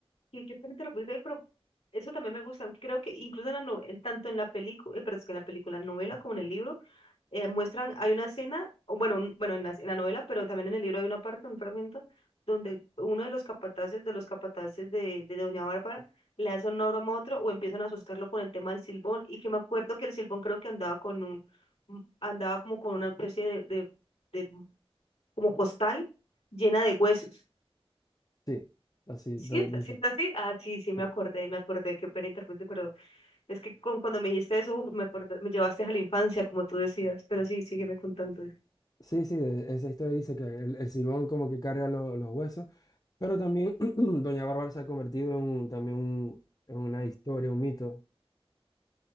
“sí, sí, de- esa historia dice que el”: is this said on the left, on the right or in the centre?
Left